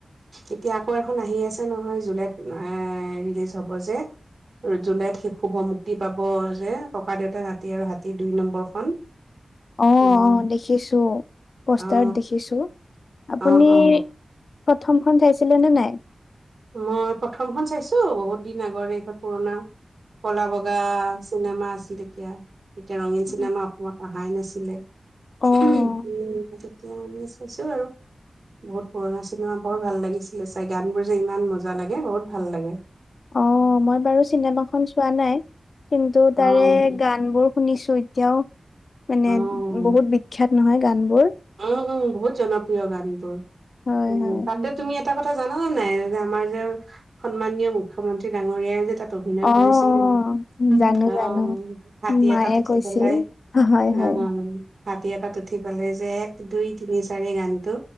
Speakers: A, on the right; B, on the left.
A: এতিয়া আকৌ এখন আহি আছে নহয় জুলাইত এ ৰিলিজ হ'ব যে জুলাইত শি শুভ মুক্তি পাব যে ককা দেউতাৰ নাতী আৰু হাতী দুই নম্বৰখন।
B: অ
A: উম,
B: অ দেখিছো পোষ্টাৰত
A: অ।
B: দেখিছো আপুনি
A: অ অ
B: প্ৰথমখন চাইছিলে নে নাই?
A: মই প্ৰথমখন চাইছোঁ, বহুত দিন আগৰে এইখন পুৰণা। কলা বগা চিনেমা আছিল তেতিয়া। তেতিয়া ৰঙীন চিনেমা
B: অ
A: অসমত আহাই নাছিলে,
B: অ',
A: তেতিয়া আমি চাইছো বাৰু। পুৰণা চিনেমা বৰ ভাল লাগিছিলে চায়। গানবোৰ যে ইমান মজা লাগে বহুত ভাল লাগে।
B: অ' মই বাৰু চিনেমাখন চোৱা নাই কিন্তু
A: অ
B: তাৰে
A: অ
B: গানবোৰ শুনিছো এতিয়াও মানে
A: উম
B: বহুত বিখ্যাত নহয় গানবোৰ।
A: উম বহুত জনপ্ৰিয় গানবোৰ
B: হয়, হয়।
A: তুমি এটা কথা জানানে নাই যে আমাৰ যে সন্মানীয় মুখ্যমন্ত্ৰী ডাঙৰীয়াই যে তাত অভিনয়
B: অ', অ',
A: কৰিছিলে
B: জানো
A: অ'
B: জানো।
A: হাতী
B: মায়ে
A: এটাত উঠি
B: কৈছিল
A: পেলাই।
B: হয়, হয়।
A: অ' হাতী এটাত উঠি পেলাই যে এক দুই তিনি চাৰি গানটো